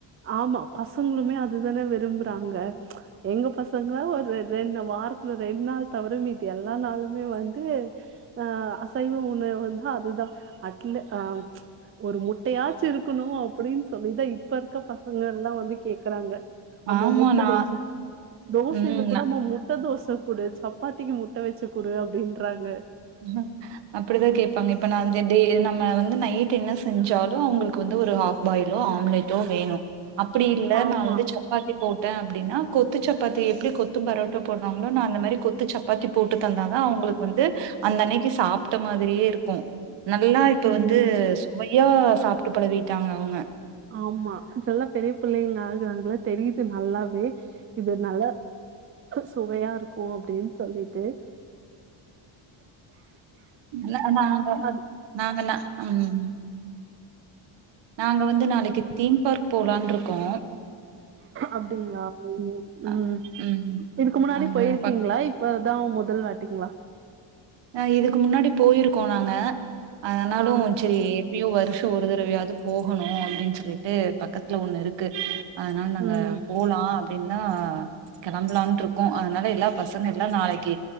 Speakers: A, on the right (about 25°); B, on the right (about 60°).
A: ஆமா பசு அதுதான விரும்ப்றாங்க எங்க பசங்க ஒரு ரெண்டு வாரத்துல ரெண் நாள் தவிர மீதி எல்லா நாளுமே வந் டு அ அசைவ உணவு வந்து அதுதா அட்ல ஆ ஒரு முட்டயாச்சு இருக்குணு அப்புடின் சொல்லிதா இப்ப இருக்க பசங்கல்லா வந்து கேக்குறாங்க அம்மா
B: ஆமா
A: முட்ட
B: நான்
A: தோச தோசைல
B: ம்
A: கூட
B: நான்
A: அம்மா முட் ட்ட தோச குடு சப்பாத்திக்கு முட்ட வெச்சுக் குடு அப்டின்றாங்க
B: ஹம் அப்புடிதா கேப்பாங்க இப்ப நாந்து தே நம்ம வந்து நைட்டு என்ன செஞ்சாலு அவங்களுக்கு வந்து ஒரு ஹாஃப் பாயிலோ ஆம்லேட்டோ வேணு அப்டிஇல்ல
A: ஆமா
B: நா வந்து சப் பாத்தி போட்ட அப்படின்னா கொத்து சப்பாத்தி எப்டி கொத்து பரோட்டா போட்வாங்களோ நா அந்த மாரி கொத் த்து சப்பாத்தி போட்டு தந்தாதா அவுங்குளுக்கு வந்து அந்தன்னைக்கு சாப்ட்ட மாதிரியே இருக்கூ நல்லா இப்ப
A: ம்
B: வந்து சுவையா சாப்ட்டு பழவிட்டாங்க அவுங்க
A: ஆம்மா இப்பல்லா பெரிய பிள்ளைங்க ஆகுறாங்களா தெரியுது நல்லாவே இது நல்ல சுவையாருக்கு அப்டின் சொல்லிட்டு
B: ந நாங்க
A: அது
B: நாங்க ந ம் நாங்க வந்து நாளைக்கு தீம் பார்க் போலான்ருக்கோ
A: அப்டிங்களா உம்
B: அ
A: ம்
B: ம்
A: இதுக்கு முன்னாடி
B: அங்க
A: பொயிருக்கீங்களா
B: பக்
A: இப் இப்பதா முதல் வாட்டிங்ளா
B: அ இதுக்கு முன்னாடி போயிருக்கோ நாங்க அதனாலு
A: ஆ
B: செரி பியு வருஷ ஒரு தரவயாது போகணு அப்டின் சொல்லிட்டு பக்கத்துல ஒண்ணு இருக்கு அதனால நாங்க
A: ம்
B: போலா அப்டின்தா கிளம்பலான்ட்டுருக்கோ அதுனால எல்லா பசங்க எல்லா நாளைக்கு